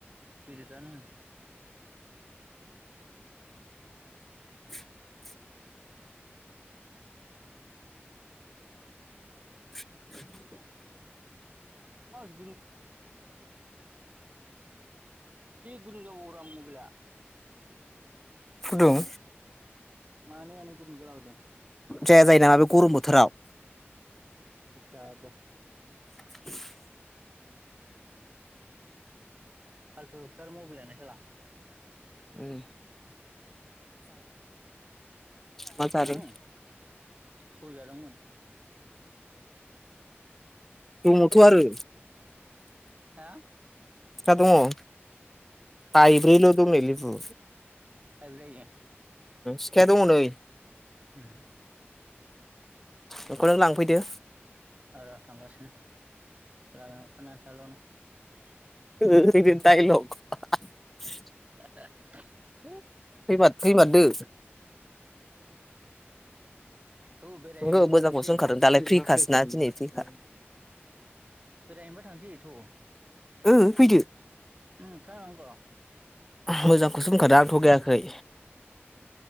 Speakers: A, on the right; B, in the centre.
A: गिदिद आनो
B: <inaudible> <inaudible>
A: <inaudible> <inaudible> मा <inaudible> <inaudible> जि गुदुं जाबाय मबाइला
B: फुदुं
A: मानो मानो गुदुं जाला बायदों?
B: जाया जायो नामा बे गरम बोथोराव।
A: दिसथाब नो।
B: <inaudible>
A: फालथु थार मबेलानो साला।
B: उम
A: ओ,
B: मा जादों
A: आं गय जादोंमोन।
B: दङथ' आरो।
A: हा?
B: फिथा दङ? बाइब्रैल' दं नै लेबु।
A: थायब्रै
B: सिखाया दङ नै।
A: उम।
B: बेखौ नों लांफैदो।
A: आ र थांगासिनो लामायाव ओंखारनानै थाल' नों। <unintelligible>
B: ओ फैदो। <unintelligible>
A: <unintelligible>
B: फैमार फैमारदो।
A: उम थौ बेरायहैनोबा
B: नोंगो मोजांखौ
A: थांसै
B: होनखादों दालाय फ्रि खास। नाजिनिसिखा
A: बेरायनोबा थांसै थ।
B: ओम फैदो।
A: उम खांग
B: मोजांखौसो बुंखादों आं थगायाखै।